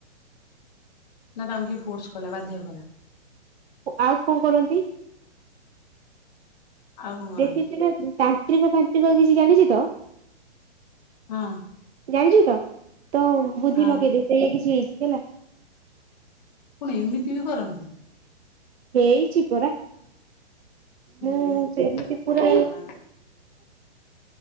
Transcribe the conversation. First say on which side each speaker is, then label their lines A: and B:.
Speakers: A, on the left; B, on the right.
A: ନା ତାଙ୍କୁ କିଏ ଫୋର୍ସ କଲା ବାଧ୍ୟ କଲା?
B: ଆଉ କଣ କରନ୍ତି?
A: ଆଉ କଣ କରନ୍ତି।
B: ଦେଖିଚୁ ନା ତାନ୍ତ୍ରିକ ଫାନ୍ତ୍ରିକ କିଛି ଜାଣିଛି ତ
A: ହଁ।
B: ଜାଣିଛୁ ତ ତ ବୁଦ୍ଧି
A: ହଁ
B: ଲଗେଇଦେ ସେଇଆ କିଛି ହେଇଛି ହେଲା
A: କଣ ଏମିତି ବି କରନ୍ତି?
B: ହେଇଛି ପରା।
A: ହେ
B: ହୁଁ ସେମିତି
A: ଭଗବାନ।
B: ପୁରା